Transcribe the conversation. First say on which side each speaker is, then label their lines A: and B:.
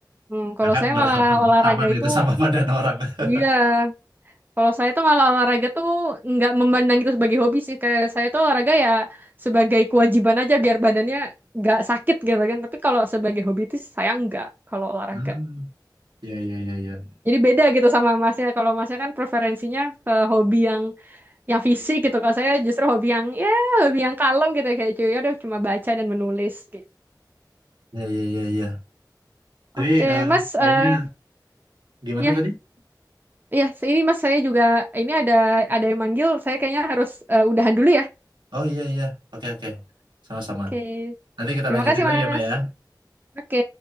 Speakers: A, on the right (about 25°); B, on the right (about 85°).
A: Hmm, kalau
B: Nah kan
A: saya
B: berhantam-hantaman
A: malah olahraga itu
B: gitu sama badan orang. <laughs>
A: Iya, kalau saya tuh malah olahraga tuh nggak memandang itu sebagai hobi sih. Kayak saya tuh olahraga ya sebagai kewajiban aja biar badannya nggak sakit gitu kan. Tapi kalau sebagai hobi itu saya nggak kalau olahraga.
B: Hmm. ya ya ya ya
A: Jadi beda gitu sama masnya. Kalau masnya kan preferensinya ke hobi yang yang fisik gitu. Kalau saya justru hobi yang ya hobi yang kalem gitu kayak cuy. ya Udah cuma baca dan menulis gitu.
B: ya ya iya iya. Tapi
A: Oke,
B: eh,
A: Mas. eh
B: kayaknya gimana
A: ya,
B: tadi?
A: ya. Ini Mas saya juga ini ada ada yang manggil. Saya kayaknya harus eh, udahan dulu ya.
B: Oh iya iya. Oke oke. Sama-sama.
A: Oke.
B: Nanti kita
A: Terima
B: lanjutin
A: kasih,
B: lagi
A: Mas.
B: ya Mbak ya.
A: Oke.